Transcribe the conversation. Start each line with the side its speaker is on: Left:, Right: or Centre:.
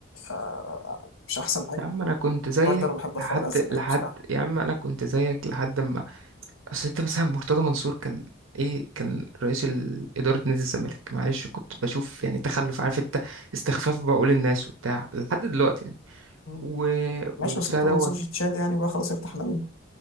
Left: آه، مش احسن حاجة
Right: يا عم انا كنت زيك
Left: برضه انا بحب اتفرج
Right: لحد
Left: على الزمالك
Right: لحد
Left: بصراحة
Right: يا عم انا كنت زيك لحد ما اصل انت مثلا مرتضى منصور كان ايه كان رئيس ال- اداره نادي الزمالك معلش كنت بشوف يعني تخلف عارف انت استخفاف بعقول الناس وبتاع لحد دلوقتي يعني
Left: مم.
Right: و...
Left: ماشي
Right: وبتاع
Left: بس طبعا
Right: دوت
Left: سوري تشاد يعني بقى خلاص ارتحنا منه